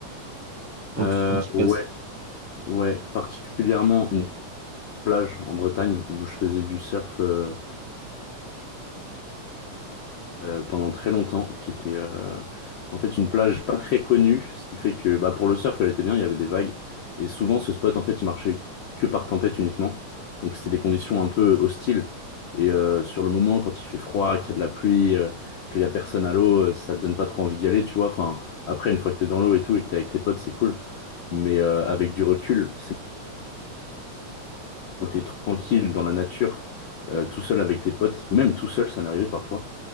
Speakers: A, on the right; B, on the left.
A: quand
B: Euh,
A: tu, quand tu passes?
B: ouais, ouais, particulièrement une plage en Bretagne où je faisais du surf. euh, euh, pendant très longtemps, qui était euh, en fait une plage pas très connue, ce qui fait que bah, pour le surf, elle était bien, il y avait des vagues, et souvent ce spot, en fait, il marchait que par tempête uniquement, donc c'était des conditions un peu hostiles, et euh, sur le moment, quand il fait froid, qu'il y a de la pluie, euh, qu'il y a personne à l'eau, euh, ça te donne pas trop envie d'y aller, tu vois, enfin, après, une fois que t'es dans l'eau et tout, et que t'es avec tes potes, c'est cool, mais euh, avec du recul, c'est t'es tranquille dans la nature, euh, tout seul avec tes potes, ou même tout seul, ça m'est arrivé parfois.